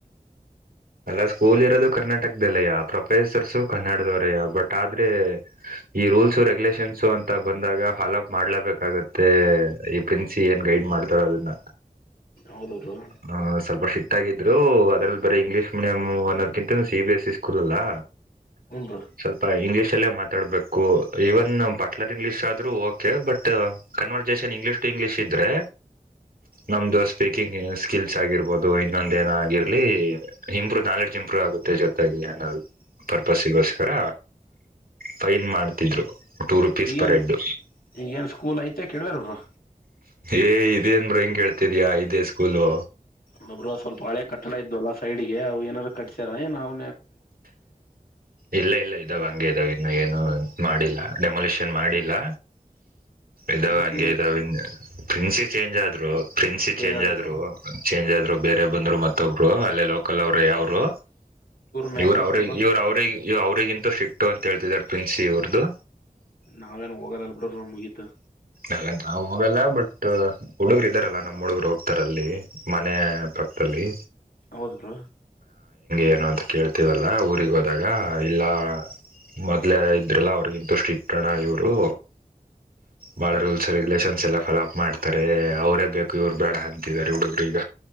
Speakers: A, on the right; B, on the left.
A: ಅಲ್ಲ ಸ್ಕೂಲ್ ಇರೋದು ಕರ್ನಾಟಕದಲ್ಲಯ ಪ್ರೊಫೆಸರ್ಸು ಕನ್ನಡದವರಯ್ಯ ಬಟ್ ಆದ್ರೆ ಈ ರೂಲ್ಸು ರೆಗ್ಯುಲೇಷನ್ಸು ಅಂತ ಬಂದಾಗ ಫಾಲೋ ಅ ಮಾಡ್ಲೇಬೇಕಾಗತ್ತೆ ಈ ಪ್ರಿನ್ಸ ಏನ್ ಗೈಡ್ ಮಾಡ್ತಾರ ಅದನ್ನ
B: ಹೌದು ಬ್ರೋ ಹ್ಞೂ
A: ಹ ಸ್ವಲ್ಪ ಸಿಕ್ತ ಹಾಗಿದ್ರು ಅದ್ರಲ್ಲಿ ಬರಿ ಇಂಗ್ಲೀಷ್ ಮೀಡಿಯಂ ಅನ್ನೊದುಕ್ಕಿಂತ C B S E school ಅಲ್ಲಾ
B: ಬ್ರೋ
A: ಸ್ವಲ್ಪ ಇಂಗ್ಲಿಷ್ಲ್ಲೇ ಮಾ ತಡಬೇಕು ಈವನ್ ಬಾಟ್ಲರ್ ಇಂಗ್ಲೀಷ್ ಆದ್ರೂ okay but conversation English to English ಇದ್ರೆ ನಮ್ದು ಸ್ಪೀಕಿಂಗ್ ಸ್ಕಿಲ್ಸ್ ಆಗಿರ್ಬೋದು ಇನ್ನೊಂದ ಏನ ಆಗಿರ್ಲಿ ಇಂಪ್ರೂವ್ ನಾಲೆಡ್ಜ್ ಇಂಪ್ರೂವ್ ಆಗುತ್ತೆ ಜೊತೆಗೆ ಅನ್ನೋ ಪರ್ಪಸ್ಗೋಸ್ಕರ ಫೈನ್ ಮಾಡ್ತಿದ್ರು ಟೂ ರುಪೀಸ್
B: ಈಗೇನ್
A: ಪರ್ ಹೆಡ್
B: ಈಗೇನ್ ಸ್ಕೂಲ್ ಐತೆ ಕೆಡಬಾರ
A: ಏ ಇದೇನು ಡ್ರಾಯಿಂಗ್ ಕೇಳ್ತಿದ್ಯಾ ಇದೇ ಸ್ಕೂಲು
B: ಮಬ್ರ ಸ್ವಲ್ಪ ಹಳೆ ಕಟ್ಟಡ ಇದ್ದುಲ್ಲಾ ಸೈಡ್ಗೆ ಅವು ಏನಾರೂ ಕಟ್ಸ ನಾವು
A: ಇಲ್ಲ ಇಲ್ಲ ಇದಾಗ ಗೆನ್ನು ಏನು ಮಾಡಿಲ್ಲ ಡೆಮೊಲಿಷನ್ ಮಾಡಿಲ್ಲ ಇದಾವ
B: ಪ್ರಿನ್ಸಿ
A: ಹಂಗೆ ಇದಾವ ಪ್ರಿನ್ಸಿ ಚೇಂಜ್ ಆದ್ರು ಪ್ರಿನ್ಸಿ ಚೇಂಜ್
B: ಆದ್ರ
A: ಆದ್ರು
B: ಬ್ರೋ
A: ಚೇಂಜ್ ಆದ್ರು ಬೇರೆ ಬಂದರು ಮತ್ತೊಬ್ರು ಅಲ್ಲೇ ಲೋಕಲ್ ಅವರು ಯಾವರು
B: ಮ್ಯಾಕ್ಸ್
A: ಇವ್ರ
B: ಟೀಚರ್
A: ಅವ್ರ
B: ಬ್ರೋ
A: ಇವ್ರ ಅವ್ರರಿಗೆ ಇವ ಅವ್ರರಿಗಿಂತೂ ಸಿಕ್ ಅಂತ ಹೇಾರೆ ತಡ್ ಪಿನ್ಸಿ ಅವರ್ದು
B: ನಾವೇನ್ ಹೋಗಾರಲ್ ಬಿಡ್ರ ಮುಗೀತ
A: ಅಲ್ಲ ನಾವು ಹೋಗಲ್ಲ ಬಟ್ ಹುಡುಗರು ಇದಾರಲ್ಲ ನಮ್ಮ್ ಹುಡುಗರು ಹೋಗ್ತಾರ ಅಲ್ಲಿ ಮನೆ ಪಕ್ಕತದಲ್ಲಿ
B: ಹೌದು ಬ್ರಾ
A: ಏನು ಅಂತ ಕೇಳ್ತೀವಲ್ಲ ಊರಿಗೆೋದಾಗ ಇಲ್ಲ ಮೊದಲೇ ಇದ್ರಲ್ಲ ಅವ್ರಗಿಂಥಷ್ಟು ಇಟ್ಟೋಣ ಇವರು ಬಹಳ
B: ಹ್ಞೂ
A: ರೂಲ್ಸ್ ರೆಗ್ಯುಲೇಷನ್ ಎಲ್ಲ. ಫಾಲೋ ಅಪ್ ಮಾಡ್ತಾರೆ ಅವರೇ ಬೇಕು ಇವ್ರು ಬೇಡ ಅಂತಿದ್ದಾರೆ ಹುಡುಗರು ಈಗ.